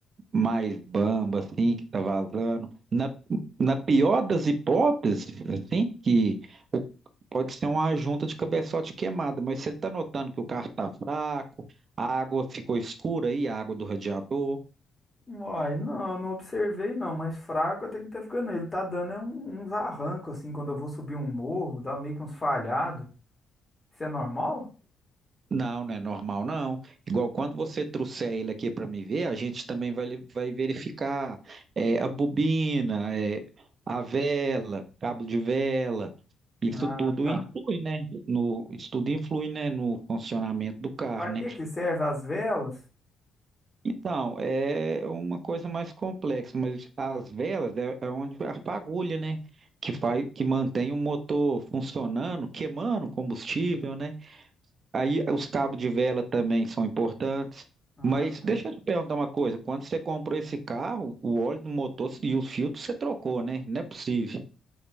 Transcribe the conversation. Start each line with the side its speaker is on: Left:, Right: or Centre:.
Right: mais bamba, assim, que tá vazando. Na, na pior das hipóteses, assim, que o- pode ser uma junta de cabeçote queimada, mas você tá notando que o carro tá fraco, a água ficou escura aí, a água do radiador.
Left: Uai, não, eu não observei não, mas fraco até que tá ficando. Ele tá dando é um- uns arrancos, assim, quando eu vou subir um morro, dá meio que uns falhados. Isso é normal?
Right: Não, não é normal, não. Igual quando você trouxer ele aqui para me ver, a gente também vai, le- vai verificar é, a bobina, é, a vela, cabo de vela. Isso
Left: Ah,
Right: tudo
Left: tá.
Right: influi, né? No, isso tudo influi, né, no funcionamento do carro,
Left: Pra que
Right: né?
Left: que serve as velas?
Right: Então, é uma coisa mais complexa, mas as velas é, é onde a fagulha, né? Que faz, que mantém o motor funcionando, queimando combustível, né? Aí os cabos de vela também são importantes.
Left: Ah,
Right: Mas
Left: tá.
Right: deixa eu te perguntar uma coisa: quando você comprou esse carro, o óleo do motor e os filtros você trocou, né? Não é possível.